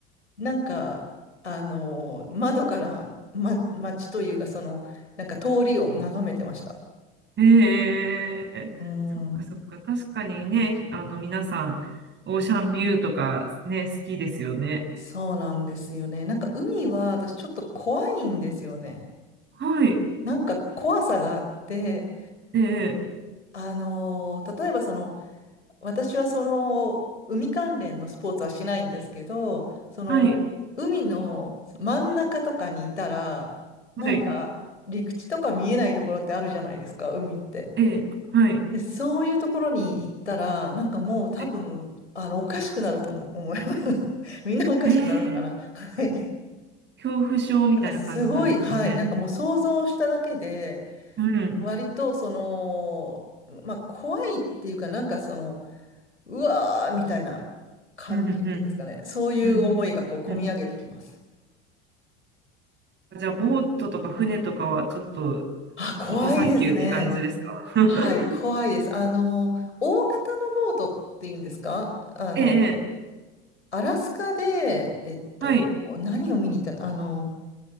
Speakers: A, on the left; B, on the right.
A: なんか、あの、窓から、ま、街というか、その、なんか通りを眺めてました。
B: ええそっかそっか、
A: うん、
B: 確かにね、あの皆さん、オーシャンビューとかね、好きですよね。
A: そうなんですよね。なんか海は私ちょっと怖いんですよね。
B: はい、
A: なんか怖さがあって、
B: ええ
A: あのー例えばその、私はその海関連のスポーツはしないんですけど、その海の真ん中とかにいたら、
B: はい、
A: なんか陸地とか見えないところってあるじゃないですか、
B: はい、
A: 海って。
B: ええはい、
A: で、そういうところに行ったら、なんかもう多分、
B: ええ
A: あの、おかしくなると思思います。<laughs> みんなおかしくなるのかな。
B: ええ
A: はい。
B: 恐怖症みたいな感じなんですかね。
A: なんかすごい、はい。なんかもう想像しただけで、
B: うん、
A: 割とその、まあ怖いっていうか、なんかその、うわーみたいな感じっていうんですかね。
B: うん、うん、
A: そういう思いがこう、
B: うん、
A: 込み上げてきます。
B: うん。じゃあ、ボートとか船とかはちょっと
A: あ、怖いですね。
B: ノーサンキューって感じですか <laughs>
A: はい、怖いです。あの、大型のボートっていうんですかあの、
B: ええ
A: アラスカで、えっと、
B: はい、
A: 何を見に行ったのあの、